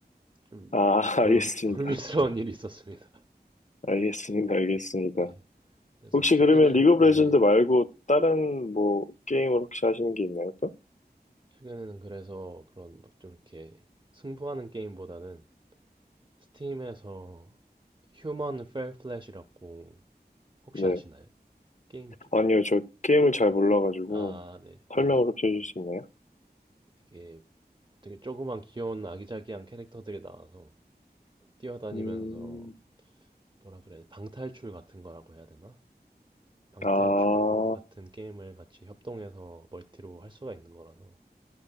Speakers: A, on the right; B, on the left.
A: 좀
B: 아, <laughs>
A: 불,
B: 알겠습니다.
A: 불미스러운 일이 있었습니다.
B: 알겠습니다. 알겠습니다.
A: 네. 그래서
B: 혹시
A: 최근엔,
B: 그러면 리그 오브
A: 네네.
B: 레전드 말고 다른 뭐 게임을 혹시 하시는 게 있나요, 또?
A: 최근에는 그래서 그런 뭐좀 이렇게 승부하는 게임보다는 스팀에서 휴먼 펠 플랫이라고 혹시
B: 네.
A: 아시나요? 게임 주
B: 아니요, 저 게임을 잘
A: 네.
B: 몰라가지고
A: 아, 네. 이게
B: 설명을 혹시 해줄 수 있나요?
A: 이게 되게 조그만 귀여운 아기자기한 캐릭터들이 나와서 뛰어다니면서
B: 음,
A: 뭐라 그래? 방탈출 같은 거라고 해야 되나? 방탈출
B: 아,
A: 같은 게임을 같이 협동해서 멀티로 할 수가 있는 거라서